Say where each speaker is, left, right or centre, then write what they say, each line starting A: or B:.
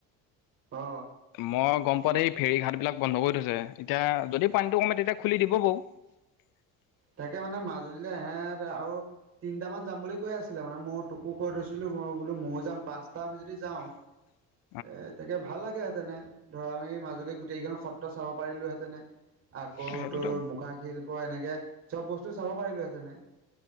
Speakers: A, on the right; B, on the left.
A: অ
B: মই গ'ম পোৱা মতে এই ফেৰী ঘাট বিলাক বন্ধ কৰি থৈছে এতিয়া, যদি পানীটো কমে তেতিয়া খুলি দিব বৌ। <inaudible>
A: তাকে মানে মাজুলীলৈ ইহেত আৰু তিনটামান যাম বুলি কৈ আছিলে মানে মই তোকো কৈ থৈছিলো, মই বোলো ময়ো যাম পাঁচটা আমি যদি যাওঁ।
B: <inaudible>
A: এ তাকে ভাল লাগে হেঁতেনে ধৰা আমি মাজুলী গোটেইকেইখন সত্ৰ চাব পাৰিলো হেঁতেনে আকৌ
B: সেইটোতো
A: ত মুখা শিল্প এনেকে চ'ব বস্তু চাব পাৰিলো হেতেনে